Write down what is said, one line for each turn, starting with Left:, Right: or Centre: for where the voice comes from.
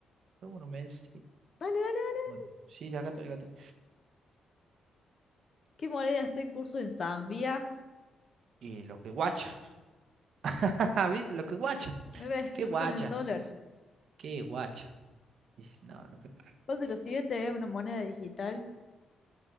Right: Somos unos mensos. Sí.
Left: Dale, dale, dale.
Right: Bueno, sí, acá estoy, acá estoy.
Left: ¿Qué moneda está en curso en Zambia?
Right: Y lo que guacha. <laughs> ¿Viste? Lo que guacha.
Left: Ves,
Right: ¿Qué
Left: no
Right: guacha?
Left: están en dólar.
Right: ¿Qué guacha? Dices, No, no creo.
Left: ¿Cuál de los siguientes es una moneda digital?